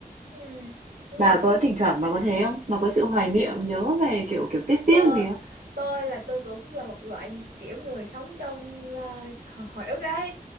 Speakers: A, on the right; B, on the right.
A: Ừ, đúng
B: Bà
A: rồi
B: có thỉnh thoảng bà có thế không? Bà có sự hoài niệm nhớ về kiểu kiểu tiếc tiếc
A: tôi
B: gì không?
A: tôi là tôi cũng là một loại kiểu người sống trong à, hồi, hồi ức đấy